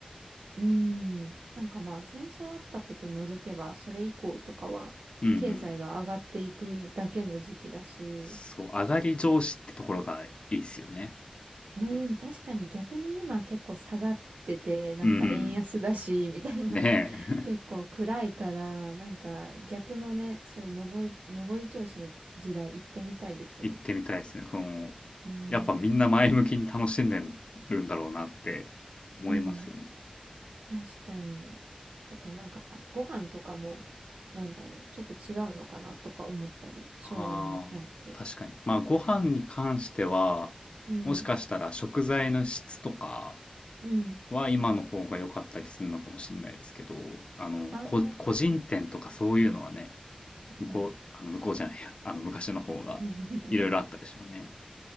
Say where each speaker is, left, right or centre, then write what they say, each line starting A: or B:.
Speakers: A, on the right (about 80°); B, on the left (about 45°).
A: うーん。なんかまあ、戦争あったこと除けば、それ以降とかは、
B: うんうん。
A: 経済が上がっていくだけの時期だし。
B: そう、上がり調子ってところがいいっすよね。
A: うん、
B: うん。
A: 確かに逆に今結構下がってて、なんか円安だし、
B: うん
A: みたいな。
B: うん。ね
A: <laughs> 結構暗いから、
B: え。
A: なんか逆のね、そういう上り、上り調子の時代行ってみたいですよね。
B: <laughs> 行ってみたいですね。その、
A: うん。
B: やっぱみんな前向きに楽しんでるんだろうなって思いますよね。
A: うん確かに。とか、なんか、ご飯とかも、なんだろう、ちょっと違うのかなとか思ったり、昭和になると。
B: ああ、確かに。まあ、ご飯に関しては、
A: うん、
B: もしかしたら食材の質とか
A: うん。
B: は今の方が良かったりするのかもしれないですけど、あの、
A: ああ、
B: こ、
A: 確かに。
B: 個人店とかそういうのはね、向こう、
A: うん。
B: あの、向こうじゃないや、あの、昔の方がいろいろあったでしょうね。
A: <laughs>